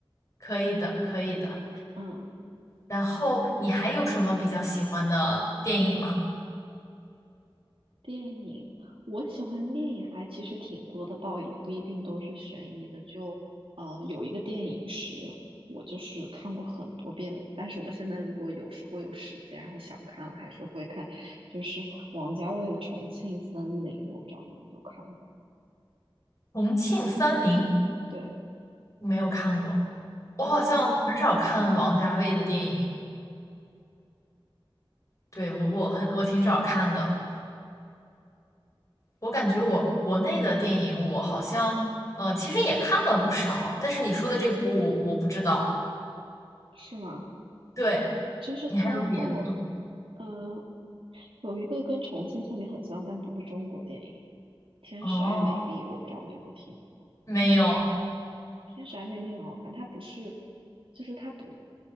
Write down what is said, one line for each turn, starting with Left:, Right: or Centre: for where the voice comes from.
Left: 可以的，可以的。
Right: 嗯。
Left: 然后你还有什么比较喜欢的电影吗？
Right: 电影，我喜欢电影还其实挺多的，倒也不一定都是悬疑的。就呃，有一个电影是我就是看过很多遍的，但是我现在如果有时候有时间，然后想看了，还是会看，就是王家卫的《重庆森林》，我不知道你有没有看过。
Left: 《重庆森林》
Right: 对，
Left: 没有看过，我好像很少看王家卫的电影，
Right: 呃，
Left: 对，我我很我挺少看的。我感觉我国内的电影，我好像呃其实也看了不少，
Right: 嗯，
Left: 但是你说的这部我我不知道。
Right: 是吗？
Left: 对，
Right: 就是他到
Left: 你还有别的？嗯，
Right: 呃有一个跟《重庆森林》很像，但不是中国电影，《天使爱美丽》，
Left: 哦，
Right: 我不知道你有没有听过。
Left: 没有，
Right: 天使爱美丽很好看，它不是，就是它不，